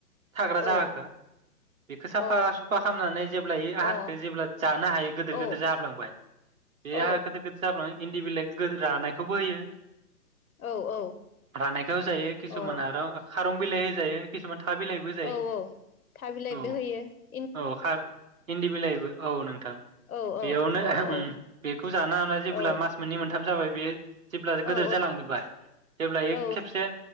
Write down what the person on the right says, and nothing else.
थाग्रा
जायगाखौ बेखौ साफा
साफा खालामनानै जेब्ला इयो आहारखौ
जेब्ला जानो हायो गोदोर-गोदोर
जाब्लांबाय बेहा
गोदो-गोदो जाबब्लानो इन्दि बिलाय <unintelligible> रानाय खौबोयो
रानायखौ जायो किसुमाना
आरो खारं बिलाइ हो जायो। किसुमान था बिलाइबो होजायो
औ
औ खार इन्दि बिलाइबो औ नोंथां
बेयावनो
ओम बेखौ जानो हा जेब्ला
मास मोननै मोन थाम जाबाय बेयो । जेब्ला
गोदोर जालांजोबबाय जेब्ला एयो
खेबसे